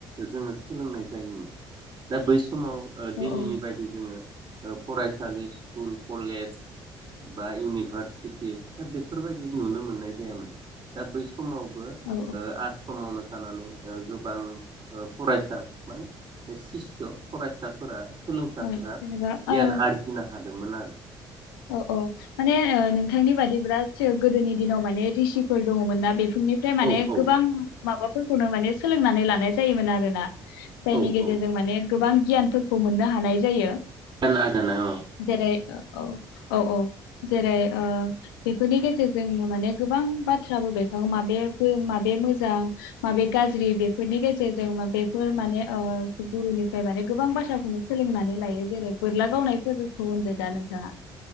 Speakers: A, on the right; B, on the left.
A: जोङो सोलोंनाय जायोमोन दा बै समाव दिनैनि
B: औ
A: बायदि जोङो फरायसालि स्कुल कलेज बा इउनिभारसिटि दा बेफोरबायदि नुनो मोननाय जायामोन। दा बै समावबो ओ
B: औ
A: आस्रमावनो थानानै गोबां फरायसा माने सिसु फरायसाफोरा सोलोंसाफोरा
B: औ जेनेबा
A: गियान
B: ओ
A: आरजिनो हाद गोमोन आरो
B: औ औ माने नोंथांनि बादिब्ला जो गोदोनि दिनाव माने रिसिफोर दङमोन ना बे निफ्राय माने
A: औ औ
B: गोबां माबा फोरखौनो माने सोलोंनानै लानाय जायोमोन आरोना। जायनि
A: औ
B: गेजेरजों
A: औ
B: माने गोबां गियानफोरखौ मोननो हानाय जायो।
A: खोनादोंना औ
B: जेरै औ औ औ जेरै बेफोरनि गेजेरजों माने गोबां बाथ्राबो बेरखाङो माबेयाबो माबेया मोजां माबे गाज्रि बेफोरनि गेजेरजों बेफोर माने गुरुनिफ्राय माने गोबां बाथ्राखौनो सोलोंनानै लायो जेरै बोरला गावनायफोरखौ होनदो दा नोंथाङा?